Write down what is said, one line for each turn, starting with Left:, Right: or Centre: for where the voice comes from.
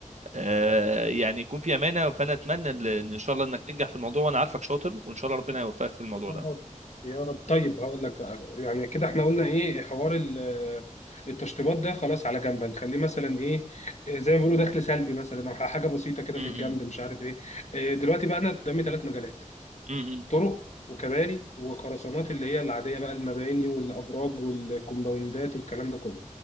Right: آه يعني يكون في امانه فانا اتمنى ان إن شاء الله انك تنجح في الموضوع وانا عارفك شاطر وان شاء الله ربنا يوفقك في الموضوع
Left: رب
Right: ده
Left: يا رب طيب هقول لك بقى يعني كده احنا قلنا ايه حوار ال- التشطيبات ده خلاص على جنب نخليه مثلا ايه إيه زي ما بيقولوا دخل سلبي مثلا او حاجه بسيطه كده
Right: م-
Left: في
Right: م.
Left: الجنب مش عارف ايه إيه، دلوقتي بقى انا قدامي ثلاث مجالات
Right: م- م.
Left: طرق وكباري وخرسانات اللي هي العادية بقى المباني والأبراج والكومباوندات والكلام ده كله